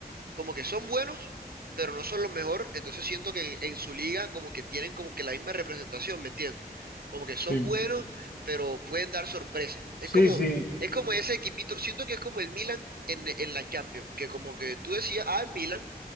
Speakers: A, on the right; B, on the left.
A: como que son buenos, pero no son los mejores, entonces siento que en, en su liga como que tienen como que la misma representación, ¿me entiendes? Como que
B: sí.
A: son buenos, pero pueden dar sorpresa.
B: Sí,
A: Es como,
B: sí.
A: es como ese equipito, siento que es como el Milan en, en la Champions, que como que tú decías, ah, el Milan,